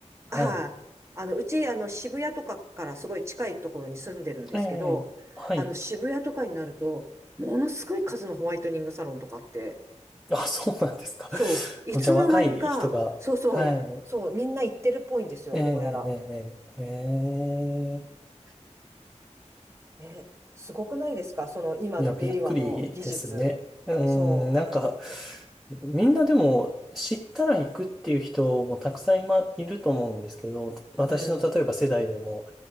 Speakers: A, in the centre; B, on the right.
A: はい。
B: はい。あの、うち、あの、渋谷とかからすごい近いところに住んでるんですけど、
A: ええ、はい。
B: あの、渋谷とかになると、ものすごい数のホワイトニングサロンとかあって、
A: あ、そうなんですか。
B: そう、
A: <laughs>
B: いつの間にか、
A: じゃあ若い人が、
B: そうそう、
A: はい。
B: そう、みんな行ってるっぽいんですよ、
A: ええ、
B: どうやら。
A: ええ、ええ
B: え、すごくないですかその今の令和の技術。
A: いや、びっくりですね。う
B: そ
A: ーん、なんか、
B: う。
A: みんなでも知ったら行くっていう人もたくさん今いると思うんですけど、私の例えば世代でも
B: うん、